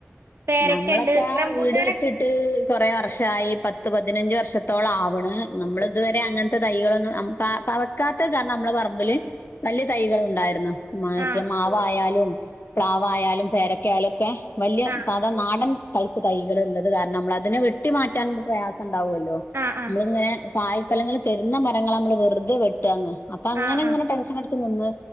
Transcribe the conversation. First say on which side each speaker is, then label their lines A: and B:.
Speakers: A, on the right; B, on the left.
A: പേരക്ക
B: നമ്മളൊക്കെ
A: ഉണ്ട് റംബൂട്ടാനൊ
B: വീട് വെച്ചിട്ട് കൊറെ വർഷായി. പ ത്ത് പതിനഞ്ച് വർഷത്തോളം ആവ്ണ്. നമ്മൾ ഇതുവരെ അങ്ങനത്തെ തൈകളൊന്നും പവക്കാത്ത കാരണം നമ്മളെ പറമ്പില് വലിയ തൈകൾ ഉണ്ടായിരുന്നു. മ മറ്റേ
A: ആ
B: മാവായാലും പ്ലാവായാലും പേരക്കായാലും ഒക്കെ വലിയ
A: ആ
B: സാധാ നാടൻ ടൈപ്പ് തൈകൾ ഉള്ളത് കാരണം നമ്മൾ അതിനെ വെട്ടി മാറ്റാൻ പ്രയാസ ണ്ടാവൊല്ലോ.
A: ആ ആ
B: നമ്മളിങ്ങനെ കായ്ഫലങ്ങൾ തരുന്ന മരങ്ങളെ നമ്മള് വെറുതെ വെട്ടാന്ന് അപ്പൊ അങ്ങനെ
A: ആ
B: ഇങ്ങനെ
A: ആ
B: ടെൻഷൻ അടിച്ച് നിന്ന്